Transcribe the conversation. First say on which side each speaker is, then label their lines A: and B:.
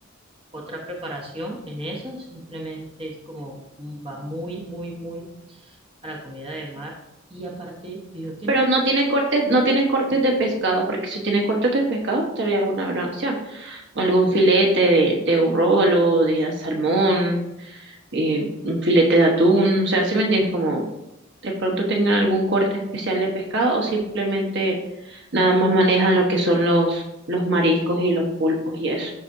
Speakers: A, on the right; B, on the right.
A: otra preparación en esa, simplemente es como mm, va muy, muy, muy a la comida de mar y aparte veo que
B: pero
A: no es,
B: no tiene cortes, no tiene cortes de pescado, porque si tiene cortes de pescado sería una buena opción. O Algún filete de, de un róbalo, de salmón, eh, un filete de atún, o sea, si me entiendes? Como de pronto tengan algún corte especial de pescado o simplemente nada más manejan lo que son los, los mariscos y los pulpos y eso.